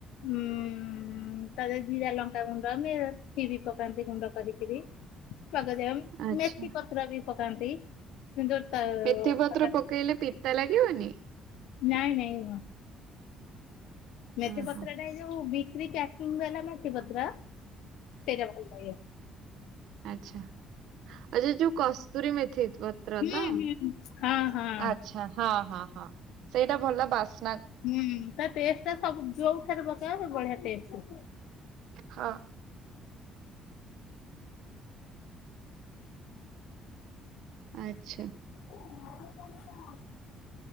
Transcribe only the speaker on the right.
ଆଚ୍ଛା।
ମେଥି ପତ୍ର
ପକେଇଲେ ପିତା ଲାଗିବନି?
ଓହୋ
ଆଛା ଆ ଯ ଯୋଉ କସ୍ତୁରୀ ମେ ଥି ପତ୍ର
ତ
ଆଛା ହଁ ହଁ ହଁ ସେଇଟା ଭଲ ବାସ
ହଁ ଆଚ୍ଛା